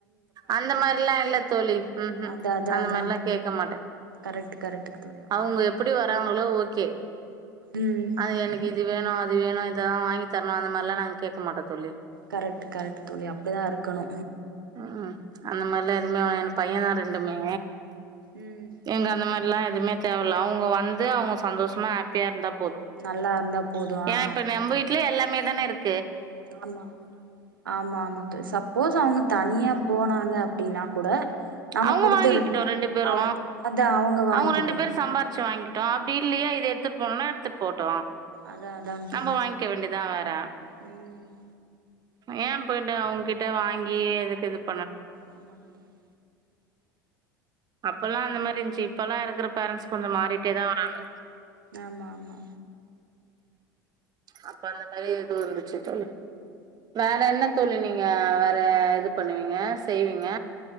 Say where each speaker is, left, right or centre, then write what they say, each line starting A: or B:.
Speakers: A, on the right; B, on the right.
A: அந்த மாரில்லா இல்ல தோழி ம் ம்
B: அதா அதா
A: அந்த
B: அதா
A: மாரில்லா ஃகேக்க மாட்டே
B: கரெக்ட் கரெக்ட் தோழி அப்டிதா
A: அவுங்க
B: இருக்கு.
A: எப்புடி வராங்களோ ஓகே
B: ம்
A: அது எனக்கு இது வேணு அது வேணு இதல்லா வாங்கி தரணு அந்த மாரில்லா நாங்க கேக்க மாட்டோ தோழி
B: கரெக்ட் கரெக்ட் தோழி அப்டிதா இருக்கணு
A: ம் அந்த மாரில்லா எதுவுமே வாங்கின்ட்டு பையந்தா ரெண்டுமே
B: ம்
A: எங்க அந்த மாரி எல்லா எதுவுமே தேவல்ல அவுங்க வந்து அவுங்க சந்தோஷமா ஹாப்பியா இருந்தா போ போதோ
B: நல்லா இருந்தா போது ஆ
A: ஏ இப்ப நம்ப வீட்லே எல்லாமே தானருக்
B: ஆமா ஆமா ஆமா த சப்போஸ் அவுங்க தனியா போனாங்க அப்டின்னா கூட நம்ம
A: அவுங்க
B: குடுத்துர்லா
A: வாங்கிக்கட்டோ ரெண்டு பேரு
B: அவ அதா அவங்க வாங்கிட்டு
A: அவுங்க ரெண்டு பேரு சம்பாரிச்சி வாங்கி ட்டோ அப்டி இல்லியா இது எடுத்துட் போனோன்னா எடுத்துட் போட்டோ
B: அதா அதாங் தோழி
A: நம்ப வாய்ங்க்க வேண்டியதா வேற
B: ம்
A: ஏ போயிட்டு அவுங்கிட்ட வாங்கி எதுக்கு இதுப்
B: ஆமாங் தோழி
A: அப்பல்லா அந்த மாரி இன்ச்சி இப்பல்லா இருக்கற பேரண்ட்ஸ் கொஞ்சோ மாறிட்டே தா வராங்க
B: ஆமா ஆமா
A: அப்ப அந்த மாரி எதோ இருந்துச்சி தோழி வேற என்ன தோழி நீங்க வேற இது பண்ணுவீங்க செய்வீங்க